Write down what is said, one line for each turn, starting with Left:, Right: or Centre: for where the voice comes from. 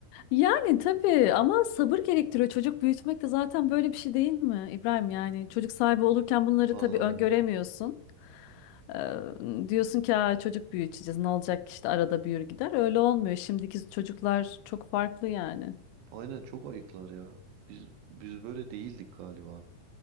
Left: Yani tabii ama sabır gerektiriyor. Çocuk büyütmek de zaten böyle bir şey değil mi İbrahim? Yani çocuk sahibi olurken bunları
Right: Vallahi
Left: tabii öngöremiyorsun.
Right: öyle.
Left: Ee, diyorsun ki "Aa, çocuk büyüteceğiz ne olacak ki işte arada büyür gider. Öyle olmuyor. Şimdiki çocuklar çok farklı yani.
Right: Aynen çok ayıklar ya. Biz biz böyle değildik galiba.